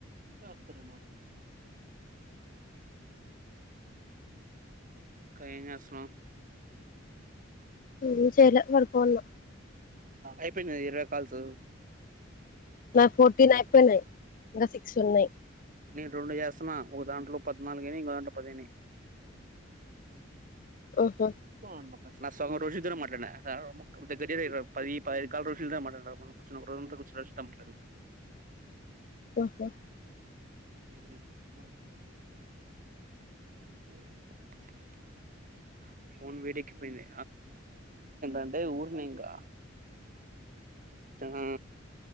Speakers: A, on the right (about 45°); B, on the left (about 45°).
A: ఇగ వస్తున్నాను ఇంకా ఎం చేస్తున్నావ్
B: ఎం చేయాలె పడుకొన్నా
A: అయిపోయినాయ ఇరవై కాల్స్
B: నా ఫోర్టీన్ ఐపోయినయ్ ఇంకా సిక్స్ ఉన్నాయి
A: నేను రెండు చేస్తున్నా ఒక దాంట్లో పద్నాలుగైనయ్ ఇంకో దాంట్లో పదిఅయినయ్
B: ఉహు,
A: అ నా సహోదరుడు రుచిత్ తో మాట్లడినా ద పది పది కాల్స్ రోజు మాట్లాడి కూర్చోని రోజు కూర్చుండి మాట్లాడాను <inaudible>
B: ఓహో
A: మ్మ్ హ్హ్ అవును ఫోన్ వేడెక్కి పోయింది అంటే ఊడినింకా ఆ